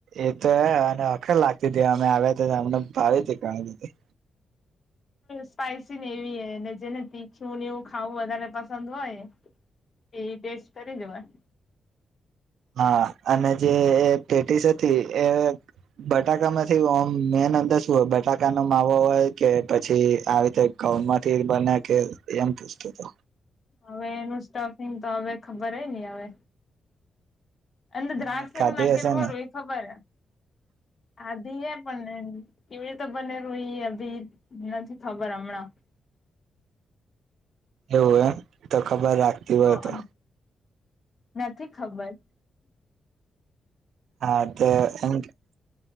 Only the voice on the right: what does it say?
એ તો હ અખર લાગતી હતી અમે આવ્યા હતા અમને ભાવી ગણીધી
હા અને જે પેટીસ હતી એ બટાકામાં મેન અંદર શું હોય બટાકાનો માવો હોય કે પછી આવી રીતે ક માંથી બને્યા કે એમ પૂછતો હતો
તમે
ખાધી
હશે
ને
એવું એમ તો ખબર રાખતી હોય
તો
હા તો એમ